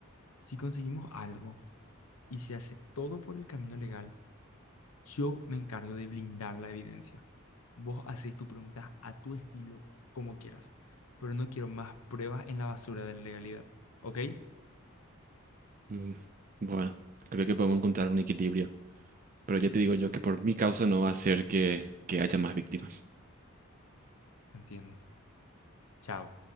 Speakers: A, on the left; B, on the right.
A: Si conseguimos algo y se hace todo por el camino legal, yo me encargo de blindar la evidencia. Vos haces tus preguntas a tu estilo, como quieras, pero no quiero más pruebas en la basura de la legalidad. ¿Ok?
B: Mm, Bueno, creo que podemos encontrar un equilibrio, pero ya te digo yo que por mi causa no va a ser que, que haya más víctimas.
A: Entiendo. Chao.